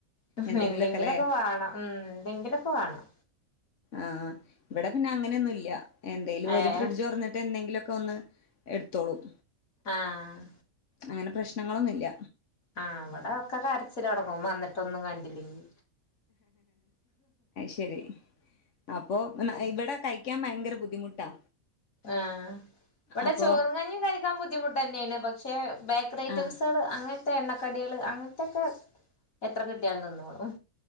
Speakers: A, on the left (about 75°); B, on the left (about 60°).
A: ആഹ്
B: എന്തെങ്കിലുമൊക്കെല്ലേ
A: എന്തെങ്കിലൊക്കെ വേണം ഉം എന്തെങ്കിലൊക്കെ വേണം.
B: ആഹ് ഇവിടെ പിന്നെ അങ്ങനെയൊന്നുല്യ എന്തേലും
A: ഏഹ്
B: ഓര് ഫ്രിഡ്ജ് തുറന്നിട്ട്‌ എന്തെങ്കിലൊക്കൊന്ന് എടുത്തോളും.
A: ആഹ്
B: അങ്ങനെ പ്രശ്നങ്ങളൊന്നുല്ല്യ
A: ആഹ് ഇവടെ ഒക്കെ കരച്ചിലൊടുങ്ങും വന്നിട്ടൊന്നും കണ്ടില്ലെങ്കി
B: അഹ്ശരി അപ്പൊ ഇവിടെ കഴിക്കാൻ ഭയങ്കര ബുദ്ധിമുട്ടാ.
A: ആഹ് ഇവടെ
B: അപ്പൊ
A: ചോറും, കഞ്ഞിയും കഴിക്കാൻ ബുദ്ധിമുട്ടെന്നേണ് പക്ഷെ ബേക്കറി ഐറ്റംസുകൾ
B: ആഹ്
A: അങ്ങനത്തെ എണ്ണക്കടികള് അങ്ങനത്തൊക്കെ എത്ര കിട്ടിയാലും തിന്നോളും